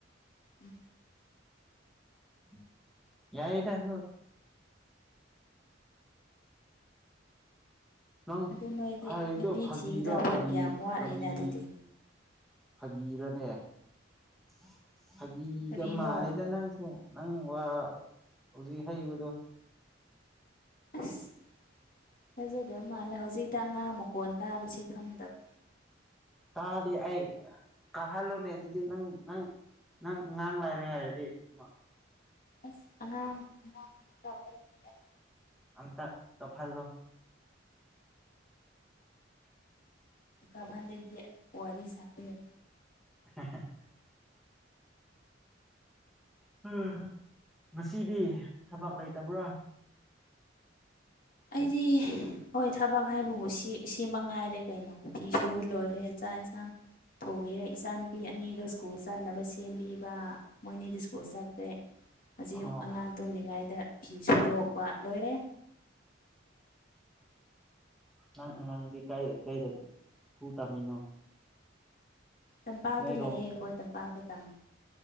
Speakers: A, on the left (about 50°); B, in the centre.
A: ꯎꯝ
B: ꯎꯝ ꯌꯥꯏꯌ‌ꯦꯗ ꯑꯗꯨ ꯅꯪ
A: ꯑꯗꯨ ꯅꯣꯏꯗꯤ
B: ꯍꯥꯏꯗꯣ
A: ꯅꯨꯄꯤ
B: ꯐꯥꯒꯤꯔꯥ
A: ꯊꯤꯒꯗꯧꯕ
B: ꯐꯥꯒꯤ
A: ꯌꯥꯝ ꯋꯥꯠꯂꯤꯅ
B: ꯐꯥꯒꯤ
A: ꯑꯗꯨꯗꯤ
B: ꯐꯥꯒꯤꯔꯅꯦ <unintelligible> ꯐꯥꯒꯤꯒ
A: ꯀꯔꯤꯅꯣ
B: ꯃꯥꯜꯂꯦꯗ ꯅꯪ <unintelligible> ꯅꯪ ꯋꯥ ꯍꯧꯖꯤꯛ ꯍꯩꯏꯕꯗꯣ
A: ꯑꯁ ꯊꯖꯗ ꯃꯥꯜꯂꯦ ꯍꯧꯖꯤꯛꯇ ꯑꯉꯥꯡ ꯃꯈꯣꯟ ꯇꯥꯕꯁꯦ ꯈꯪꯗꯕ
B: ꯇꯥꯗ‌ꯦ ꯑꯩ ꯇꯥꯍꯜꯂꯣꯅꯦ ꯑꯗꯨꯗꯤ ꯅꯪ ꯅꯪ ꯅꯪ ꯑꯉꯥꯡ ꯂꯩꯔꯦ ꯍꯥꯏꯔꯗꯤ ꯃꯥ
A: ꯑꯁ ꯑꯉꯥꯡ ꯑꯉꯥꯡ <unintelligible>
B: ꯑꯝꯇ ꯀꯐꯜ ꯂꯣ
A: ꯀꯞꯍꯜꯂꯗꯤ ꯋꯥꯔꯤ ꯁꯥꯕ ꯌꯥ
B: ꯍꯦ ꯍꯦ ꯑ <unintelligible> ꯉꯁꯤꯗꯤ ꯊꯕꯛ ꯂꯩꯇꯕꯔ
A: ꯑꯩꯗꯤ ꯍꯣꯏ ꯊꯕꯛ ꯍꯥꯏꯕꯕꯨ ꯁꯤ ꯁꯤ ꯃꯉꯥꯏꯔꯦ ꯀꯩꯅꯣ ꯐꯤ ꯁꯨꯕ ꯂꯣꯏꯔꯦ ꯆꯥꯛ ꯏꯟꯁꯥꯡ ꯊꯣꯡꯕꯤꯔ‌ꯦ ꯏꯆꯥꯅꯨꯄꯤ ꯑꯅꯤꯗꯣ ꯁ꯭ꯀꯨꯜ ꯆꯠꯅꯕ ꯁꯦꯝꯕꯤꯕ ꯃꯣꯏꯅꯤꯗꯤ ꯁ꯭ꯀꯨꯜ ꯆꯠꯈꯔꯦ ꯍꯧꯖꯤꯛ
B: ꯑꯣ
A: ꯑꯉꯥꯡ ꯇꯨꯝꯂꯤꯉꯥꯏꯗ ꯐꯤ ꯁꯨꯗꯣꯛꯄ ꯂꯣꯏꯔꯦ
B: ꯅꯪ ꯑꯉꯥꯡꯗꯤ ꯀꯥꯏꯗ ꯀꯩꯗ ꯁ꯭ꯀꯨꯜ ꯇꯝꯃꯤꯅꯣ
A: ꯇꯝꯄꯥꯛꯇ
B: ꯅꯣꯏꯔꯣꯝ
A: ꯂꯩꯑꯦ ꯑꯩꯈꯣꯏ ꯇꯝꯄꯥꯛꯇ ꯇꯝꯃꯤ